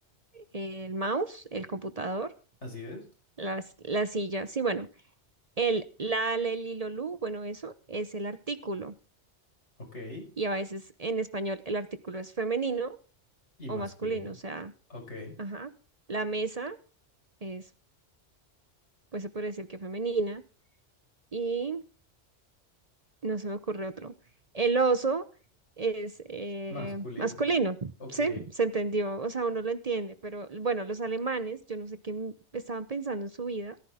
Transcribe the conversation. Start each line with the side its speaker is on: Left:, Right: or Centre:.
Right: el mouse, el computador,
Left: Así es.
Right: las, la silla. Sí, bueno. El la, la, el, lilo, lu, bueno, eso es el artículo.
Left: Ok.
Right: Y a veces en español el artículo es femenino
Left: Y
Right: o
Left: masculino.
Right: masculino, o sea,
Left: Ok.
Right: ajá. La mesa es, pues se puede decir que femenina. Y no se me ocurre otro. El oso es eh,
Left: Masculino.
Right: masculino,
Left: Ok.
Right: ¿sí? Se entendió, o sea, uno lo entiende, pero bueno, los alemanes, yo no sé qué m- estaban pensando en su vida